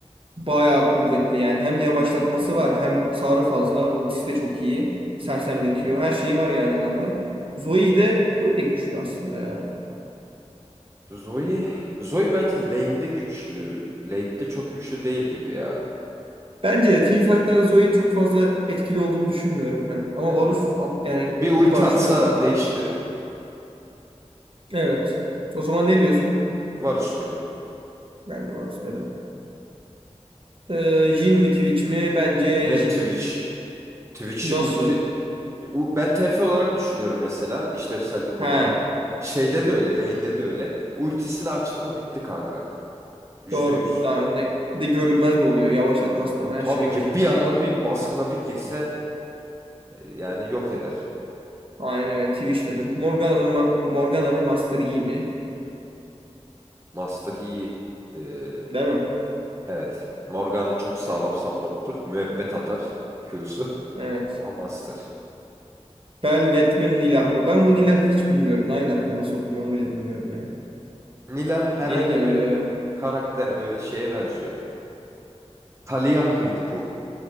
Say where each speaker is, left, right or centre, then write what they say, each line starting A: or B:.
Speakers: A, on the right (about 50°); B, on the right (about 25°).
A: Bayağı kuvvetli yani. Hem yavaşlatması var hem hasarı fazla. Ultisi de çok iyi. Sersemletiyor. Her şeyi var yani adamda. Zoe de, Zoe de güçlü aslında ya.
B: Zoe, Zoe bence lane'de güçlü. Late'de çok güçlü değil gibi ya.
A: Bence de teamfight'larda Zoe çok fazla etkili olduğunu düşünmüyorum ben. Ama
B: Evet.
A: Varus at yani
B: Bir ulti
A: bir başlıyor
B: atsa
A: kanka.
B: değiştirir.
A: Evet. O zaman ne diyorsun?
B: Varus diyorum.
A: Ben de Varus dedim. Ee, Jhin mi Twitch mi? Bence
B: Net
A: Jhin.
B: Twitch. Twitch'i
A: Nasıl?
B: ulti U- Ben TF olarak düşünüyorum mesela işlevsellik
A: He.
B: olarak. Şeyde de öyle, lane'de de öyle. Ultisini açtı mı bitti kanka. yüzde
A: Doğru.
B: yüz.
A: Daha önüne bir de görünmez de oluyor. Yavaşlatması da var. Her
B: Tabii
A: şeyi
B: ki
A: var.
B: bir anda bir baskına bir girse e, yani yok eder.
A: Aynen öyle. Twitch dedim. Morgana'nın ma- Morgana mı Master Yi mi?
B: Master iyi. Ee,
A: Değil mi?
B: evet. Morgana çok sağlam
A: Yani,
B: support'tur. Müebbet atar Q'su.
A: evet.
B: <laughs> Ama Master.
A: Velvet mi Nilah mı? Ben bu Nilah'ı hiç bilmiyorum. Naylah mı? Nasıl okunuyor onu bile bilmiyorum yani.
B: Nila herhangi
A: Yeni geldi
B: bir
A: o herhalde.
B: karakter böyle şeye benziyor. Taliyah mıydı bu?